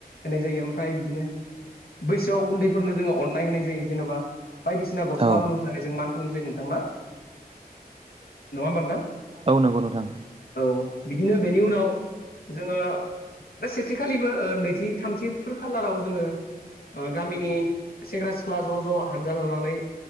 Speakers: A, on the left (about 75°); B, on the right (about 35°).
A: होनाय जायो। फ्राय बिदिनो बैसोआव उन्दैफोरनो जोंङो अननाय होनाय जायो जेन'बा बायदिसिना गस्ला
B: औ
A: उन होनानै जों मा खालाम जायो नोंथांना नंङा होमबा नोंथां?
B: औ नंगौ नोंथां।
A: औ बिदिनो बेनि उनाव जोंङो बे सेथिखालिबो ओ नैथि थामथि फोर खालाराव जोंङो ओ गामिनि सेंग्रा सिख्ला ज' ज' हानजा लानानै